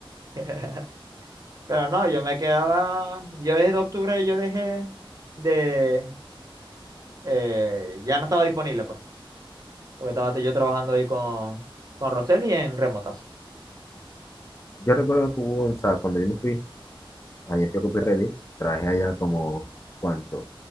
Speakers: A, on the right; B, on the left.
A: <laughs> Pero no, yo me quedaba. Yo desde octubre yo dejé de. eh, ya no estaba disponible, pues. Porque estaba yo trabajando ahí con, con Roseli en remotas.
B: Yo recuerdo que hubo, un- o sea, cuando yo me fui, allá fui a Copy Ready, traje allá como, ¿cuánto?